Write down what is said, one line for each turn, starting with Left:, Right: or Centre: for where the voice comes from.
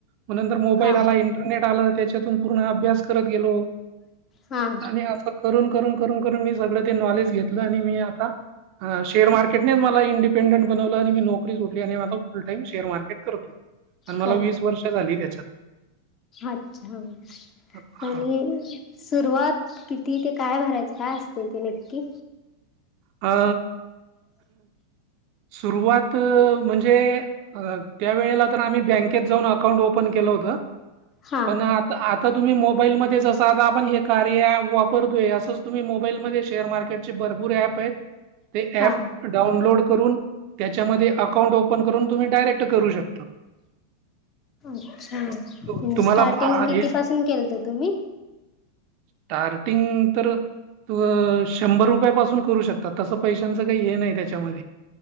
Right: म नंतर मोबाईल
Left: हा
Right: आला, इंटरनेट आल त्याच्यातून पूर्ण अभ्यास करत गेलो.
Left: हा
Right: आणि असं करून करून करून करून मी सगळं ते नॉलेज घेतलं आणि मी आता ह श शेअर मार्केटनेच मला इंडिपेंडंट बनवलं आणि मी नोकरी सोडली आणि आता फुल टाईम शेअर मार्केट करतोय. आणि मला
Left: कर
Right: वर्ष झाली त्याच्यात.
Left: अच्छा
Right: हां.
Left: आणि सुरुवात किती ते काय भरायचं काय असतय ते नक्की?
Right: अ सुरुवात अ म्हंजे अ त्या वेळेला तर आम्ही बँकेत जाऊन अकाउंट ओपन केलं होत
Left: हा
Right: पण आ आता तुम्ही मोबाईलमध्ये जसं आता आपण हे कार्य ऍप वापरतोय, असंच तुम्ही मोबाईलमध्ये शेअर मार्केट चे भरपूर ऍप आहेत ते
Left: हा
Right: ऍप डाउनलोड करून त्याच्यामध्ये अकाउंट ओपन करून तुम्ही डायरेक्ट करू शकता.
Left: अच्छा
Right: त तु तुम्हाला
Left: स्टार्टिंग
Right: आ
Left: किती
Right: हे
Left: पासून केलंत तुम्ही?
Right: स्टार्टिंग तर त अ शंभर रुपयापासून करू शक तसं पैशांचं काही हे नाही त्याच्यामध्ये.